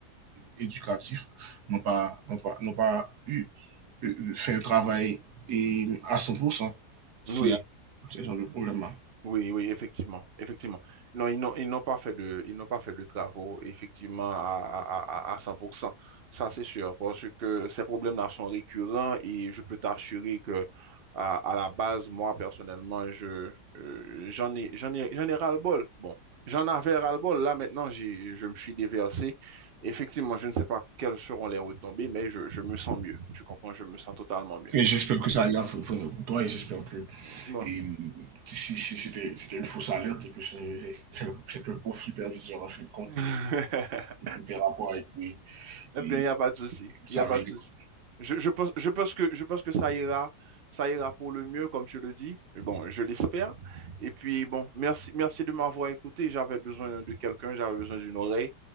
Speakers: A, on the right; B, on the right.
A: éducatifs n'ont pas, n'ont pas, n'ont pas eu, euh, euh, fait un travail et à 100% s'il
B: Oui.
A: y a ce genre de problème-là.
B: Oui, oui, effectivement, effectivement. Non, ils n'ont, ils n'ont pas fait de, ils n'ont pas fait de travaux, effectivement, à, à, à, à 100%. Ça, c'est sûr, parce que ces problèmes-là sont récurrents et je peux t'assurer que, à, à la base, moi, personnellement, je, euh, j'en ai, j'en ai, j'en ai ras-le-bol. Bon, j'en avais ras-le-bol. Là, maintenant, j'ai, je me suis déversé. Effectivement, je ne sais pas quelles seront les retombées, mais je, je me sens mieux. Tu comprends? Je me sens totalement mieux.
A: Et j'espère que ça ira pour pour toi et j'espère que
B: Bon.
A: Et si- si- c'était c'était une fausse alerte et que ce- c'est le c'est que le pauvre superviseur, en fin de compte,
B: <laughs>
A: était rapport et puis
B: Eh
A: et
B: bien, il n'y a pas de souci.
A: ça
B: Il n'y a pas
A: améliore.
B: de souci. Je, je pense, je pense que, je pense que ça ira, ça ira pour le mieux, comme tu le dis. Mais bon, je l'espère. Et puis, bon, merci, merci de m'avoir écouté. J'avais besoin de quelqu'un, j'avais besoin d'une oreille.